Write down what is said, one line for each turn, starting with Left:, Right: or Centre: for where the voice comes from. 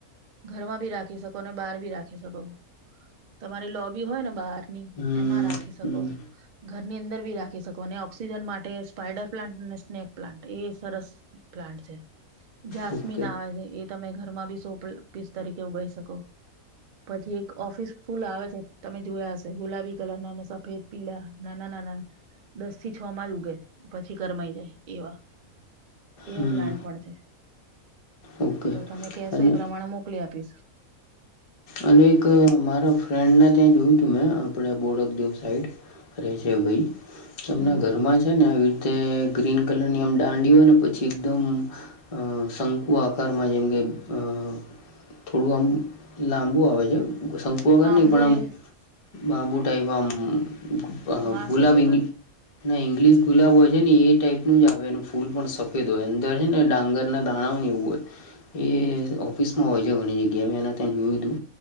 Right: ઘરમાં ભી રાખી શકો અને બહાર ભી રાખી શકો તમારી લોબી હોય ને બહારની
Left: હમ
Right: એમાં રાખી શકો
Left: હમ
Right: ઘરની અંદર બી રાખી શકો અને ઓક્સિજન માટે સ્પાઈડર પ્લાન્ટને સ્નેક પ્લાન્ટ એ સરસ પ્લાન્ટ છે જાસમીન
Left: ઓકે
Right: આવે છે એ તમે ઘરમાં બી સો પીસ તરીકે ઉગાઈ શકો પછી એક ઓફિસ ફૂલ આવે છે તમે જોયા હશે ગુલાબી કલર ના સફેદ પીલા નાના નાના દસ થી છ માં જ ઉગે પછી કરમાઈ જાય એવા એવા
Left: હમ
Right: પ્લાન્ટ પણ છે
Left: ઓકે
Right: તો તમે કેશો
Left: અને
Right: એ પ્રમાણે મો મોકલી આપીશ
Left: અને એક મારા ફ્રેન્ડને ત્યાં જોયું તું મેં આપણે બોડકદેવ સાઈડ રહેે છે ભાઈ એમના
Right: હમ
Left: ઘરમાં જ છે ને આવી રીતે ગ્રીન કલરની આમ દાંડીિ હોય ને પછી એકદમ અ શંકુ આકારમાં જેમ કે અ થોડું આમ લાંબુ આવે છે શંકુ વગર
Right: બાંબુ
Left: નહીં પણ આમ
Right: જેવું
Left: લાબું ટાઈપ આમ ઓહો
Right: વાસ
Left: ગુલાબી
Right: હશે તો
Left: ના ઇંગ્લિશ ગુલાબ હોય છે ને એ ટાઈપ નનું જ આવે એ ફૂલ પણ સફેદ હોય અંદર છે ને ડાંગરના <unintelligible> એવું હોય એ ઓફિસમાં હોય છે ઘણી જગ્યાના ત્યાં જોયું હતું